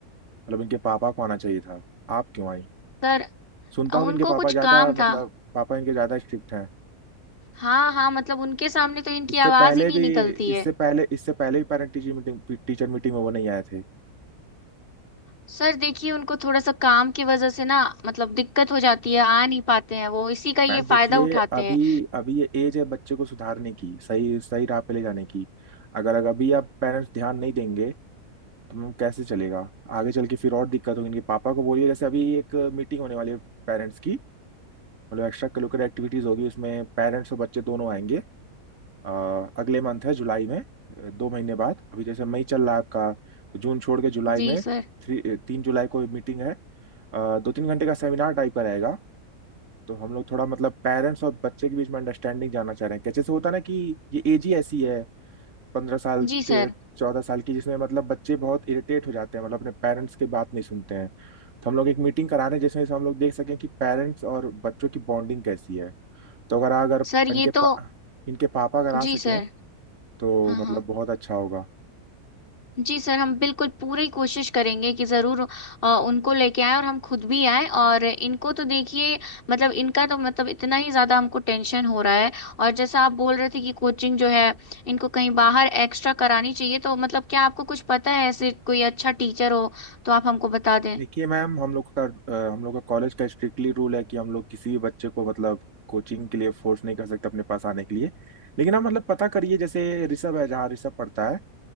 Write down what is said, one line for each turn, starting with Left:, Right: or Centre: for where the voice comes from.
Right: मतलब इनके पापा को आना चाहिए था आप क्यों आई
Left: सर
Right: सुनता हूँ
Left: उनको
Right: कि इनके पापा
Left: कुछ
Right: ज्यादा
Left: काम
Right: मतलब
Left: था
Right: पापा इनके ज्यादा स्ट्रिक्ट हैं
Left: हाँ हाँ मतलब उनके सामने तो इनकी
Right: इससे
Left: आवाज
Right: पहले
Left: ही नहीं
Right: भी
Left: निकलती
Right: इससे
Left: है
Right: पहले इससे पहले भी पेरेंट टीचर मीटिंग टीचर मीटिंग में वो नहीं आए थे
Left: सर देखिए उनको थोड़ा सा काम की वजह से ना मतलब दिक्कत हो जाती है आ नहीं पाते हैं वो इसी का ये
Right: मैम देखिए
Left: फायदा उठाते
Right: अभी
Left: हैं
Right: अभी ये एज है बच्चे को सुधारने की सही सही राह पे ले जाने की अगर अगर अभी आप पेरेंट्स ध्यान नहीं देंगे तो कैसे चलेगा आगे चल के फिर और दिक्कत होगी इनके पापा को बोलिए जैसे अभी एक मीटिंग होने वाली है पेरेंट्स की मतलब एक्स्ट्रा करिकुलर एक्टिविटीज होगी उसमें पेरेंट्स और बच्चे दोनों आएंगे अ, अगले मंथ है जुलाई में अ, दो महीने बाद अभी जैसे मई चल रहा है आपका तो जून छोड़ के जुलाई
Left: जी
Right: में
Left: सर
Right: थ्री अ, तीन जुलाई को मीटिंग है अ, दो तीन घंटे का सेमिनार टाइप का रहेगा तो हम लोग थोड़ा मतलब पेरेंट्स और बच्चे के बीच में अंडरस्टैंडिंग जानना चाह रहे हैं कैसे से होता है ना कि ये एज ही ऐसी है पंद्रह साल
Left: जी सर
Right: चौदह साल की जिसमें मतलब बच्चे बहुत इरिटेट हो जाते हैं मतलब अपने पेरेंट्स की बात नहीं सुनते हैं तो हम लोग एक मीटिंग करा रहे हैं जिसमें से हम लोग देख सकें कि पेरेंट्स और बच्चों की बॉन्डिंग कैसी है तो अगर अगर
Left: सर ये
Right: इनके पा,
Left: तो
Right: इनके पापा अगर आ
Left: जी
Right: सकें
Left: सर
Right: तो
Left: हाँ
Right: मतलब
Left: हाँ
Right: बहुत अच्छा होगा
Left: जी सर हम बिल्कुल पूरी कोशिश करेंगे कि ज़रूर अ, उनको लेके आए और हम खुद भी आए और इनको तो देखिए मतलब इनका तो मतलब इतना ही ज़्यादा हमको टेंशन हो रहा है और जैसा आप बोल रहे थे कि कोचिंग जो है इनको कहीं बाहर एक्स्ट्रा करानी चाहिए तो मतलब क्या आपको कुछ पता है ऐसे कोई अच्छा टीचर हो तो आप हमको बता दें
Right: देखिए मैम हम लोग का अ, हम लोग का कॉलेज का स्ट्रिक्टली रूल है कि हम लोग किसी भी बच्चे को मतलब कोचिंग के लिए फोर्स नहीं कर सकते अपने पास आने के लिए लेकिन आप मतलब पता करिए जैसे ऋषभ है जहाँ ऋषभ पढ़ता है